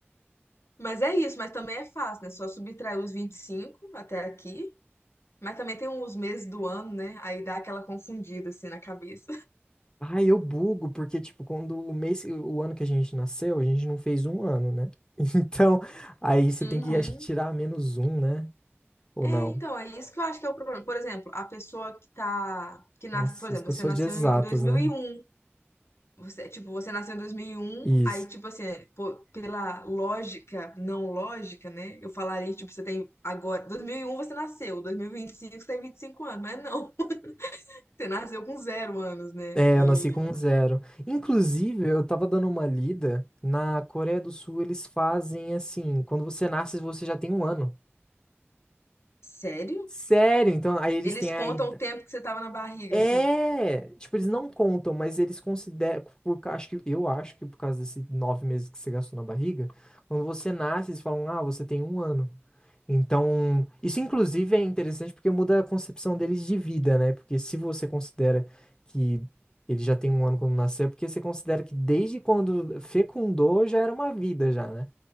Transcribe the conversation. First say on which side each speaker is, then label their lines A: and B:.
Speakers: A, on the left; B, on the left.
A: Mas é isso, mas também é fácil, né? Só subtrair os 25 até aqui Mas também tem os meses do ano, né? Aí dá aquela confundida assim na cabeça.
B: Ah, eu bugo, porque, tipo, quando o mês, o ano que a gente nasceu, a gente não fez um ano, né? <laughs> Então, aí você
A: Uhum.
B: tem que, acho que, tirar
A: <laughs>
B: menos um, né? Ou
A: É,
B: não?
A: então, é isso que eu acho que é o problema. Por exemplo, a pessoa que tá, que nasce,
B: Nossa,
A: por exemplo,
B: isso que eu
A: você
B: sou
A: nasceu
B: de exatas,
A: em dois mil
B: né?
A: e um, Você, tipo, você nasceu em dois mil e um,
B: Isso.
A: aí tipo assim, pô, pela lógica, não lógica, né? Eu falaria, tipo, você tem agora, 2001 você nasceu, dois mil e e vinte e cinco você tem 25 anos, mas não, <laughs> você nasceu com zero anos, né?
B: É,
A: E
B: eu nasci com um zero. Inclusive, eu tava dando uma lida, na Coreia do Sul eles fazem assim, quando você nasce, você já tem um ano.
A: sério?
B: Sério? Então, aí eles
A: Eles
B: têm
A: contam
B: a idade.
A: o tempo que você tava na barriga,
B: É,
A: assim.
B: tipo, eles não contam, mas eles consideram, por, ca- acho que, eu acho que por causa desses nove meses que você gastou na barriga, quando você nasce, eles falam, ah, você tem um ano. Então, isso inclusive é interessante porque muda a concepção deles de vida, né? Porque se você considera que ele já tem um ano quando nasceu, é porque você considera que desde quando fecundou já era uma vida já, né?